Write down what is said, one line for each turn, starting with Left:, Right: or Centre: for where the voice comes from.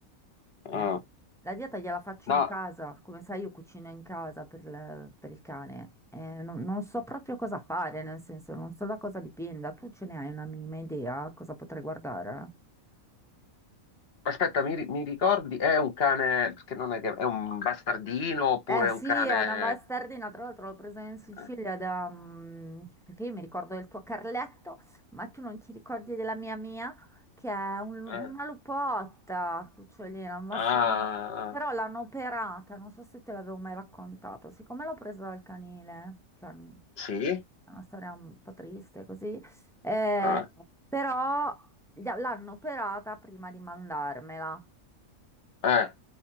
Left: Mm.
Centre: Eh? La dieta gliela faccio
Left: no,
Centre: in casa, come sai io cucino in casa per, il per il cane. Eh, non, non so proprio cosa fare, nel senso non so da cosa dipenda. Tu ce ne hai una minima idea cosa potrei guardare?
Left: aspetta, mi, ri- mi ricordi? È un cane, che non è che è un bastardino oppure
Centre: Eh sì,
Left: è un cane...
Centre: è una bastardina, tra l'altro l'ho presa in Sicilia
Left: eh,
Centre: da... mm, perché io mi ricordo del tuo Carletto, ma tu non ti ricordi della mia Mia, che è un-
Left: eh.
Centre: una lupotta, cucciolina, una bastardina.
Left: Ah,
Centre: Però l'hanno operata, non so se te l'avevo mai raccontato, siccome l'ho presa dal canile, cioè mm,
Left: sì?
Centre: è una storia un po' triste così, eh,
Left: Ah,
Centre: però gli- l'hanno operata prima di mandarmela.
Left: eh.